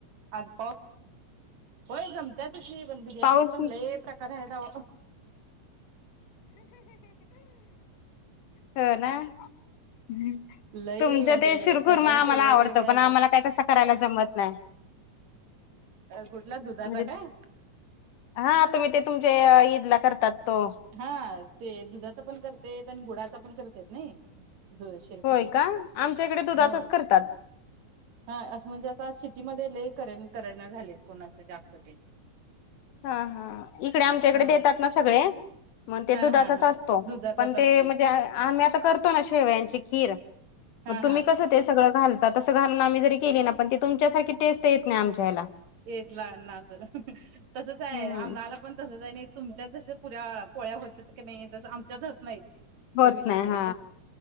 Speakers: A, on the right (about 65°); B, on the left (about 80°).
A: आज पाऊ होय जमत तशी पण बिर्याणी
B: पाऊस
A: पण लेप करादा
B: हो ना ह
A: लई
B: तुमच्या
A: म्हणजे
B: ते सुुरखुर
A: सगळ्यांचे
B: म आम्हाला
A: वेगवेगळ्या
B: आवडतं पण
A: वे
B: आम्हाला काय तसं करायला जमत नाही
A: कुठला दुधाचा
B: म्हणजे
A: काय
B: हा तुम्ही ते तुमच्या ईद ला करतात तो
A: हा ते दुधाचा पण करते आणि गुडाचा पण करतेत नाही शिरखुर्मा
B: होय का आमच्याकडे दुधाचाच
A: होय
B: करतात
A: हा असं म्हणजे असता सिटीमध्ये लले कर करना झालेत कोण असं जास्त ते <unintelligible>
B: हा हा इकडे आमच्याकडे
A: हा
B: देतात ना सगळे मग ते
A: हा
B: दुधाचाच
A: हा हा
B: असतो
A: दुधाचाच
B: पण
A: असते
B: ते म्हणजे आम्ी आता करतो ना शेवयाची खीर
A: हा
B: मग तुम्ही
A: हा
B: कसं ते सगळं घालतात तस घालून आम्ही जरी केली ना पण ती तुमच्यासारी टेस्ट येत नाही आमच्या ह्याला
A: येत लाना अस तसच आहे
B: हम्म.
A: आम आला पण तस जा नाही तुमच्या जस पुऱ्या पोळ्या होत की नाही तसं आमच्यातच नाहीत चवीला
B: होत नाही
A: ते
B: हा